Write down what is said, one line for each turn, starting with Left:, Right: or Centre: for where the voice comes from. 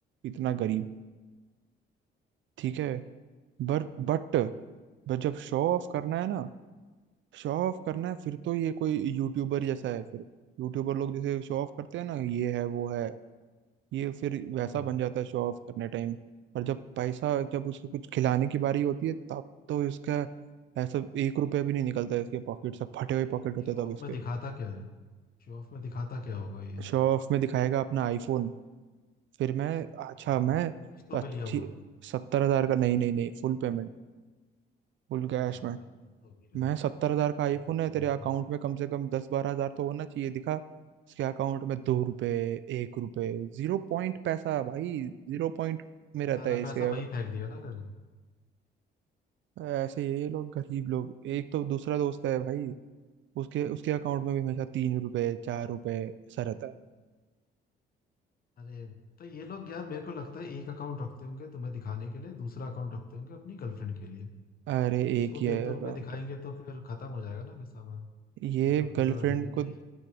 Right: इतना गरीब ठीक है बर बट बट जब शो ऑफ करना है ना शो ऑफ करना है फिर तो ये कोई यूट्यूबर जैसा है फिर यूट्यूबर लोग जैसे शो ऑफ करते हैं ना ये है वो है ये फिर वैसा
Left: हाँ
Right: बन जाता है शो ऑफ करने टाइम और जब पैसा जब उसको कुछ खिलाने की बारी होती है तब तो इसका ऐसा एक रुपया भी नहीं निकलता है इसके पॉकेट से फटे हुए पॉकेट होते
Left: शो
Right: हैं
Left: ऑफ
Right: तब इसके
Left: में दिखाता क्या है शो ऑफ में दिखाता क्या होगा ये
Right: शो ऑफ में दिखाएगा अपना आईफोन फिर मैं
Left: ओहो,
Right: अच्छा मैं
Left: किस्तों
Right: अच्छी
Left: पे लिया हुआ
Right: सत्तर हजार का नहीं नहीं नहीं फुल पेमेंट फुल कैश
Left: अरे बाप
Right: में
Left: रे तब तो अमीर है
Right: मैं सत्तर हजार का आईफोन
Left: अमीर हो गया
Right: है तेरे
Left: होगा।
Right: अकाउंट में कम से कम दस बारह हजार तो होना चाहिए दिखा इसके अकाउंट में दो
Left: हाँ,
Right: रुपए एक रुपए जीरो पॉइंट पैसा भाई जीरो पॉइंट में
Left: तो
Right: रहता
Left: सारा
Right: है इसके
Left: पैसा वहीं फेंक दिया ना फिर
Right: ऐसे ही है ये लोग गरीब लोग एक तो दूसरा दोस्त है भाई उसके उसके अकाउंट
Left: हम्म।
Right: में भी हमेशा तीन रुपए चार रुपए ऐसा रहता है
Left: अरे तो ये लोग यार मेरे को लगता है एक अकाउंट रखते होंगे तुम्हें दिखाने के लिए दूसरा अकाउंट रखते होंगे अपनी गर्लफ्रेंड के लिए
Right: अरे
Left: क्योंकि उसको
Right: एक ही
Left: तो
Right: है
Left: एक दो
Right: अकाउंट
Left: रुपए दिखाएंगे तो फिर खत्म हो जाएगा ना फिर सामान
Right: ये
Left: उनका पूरा
Right: गर्लफ्रेंड
Left: जिंदगी
Right: को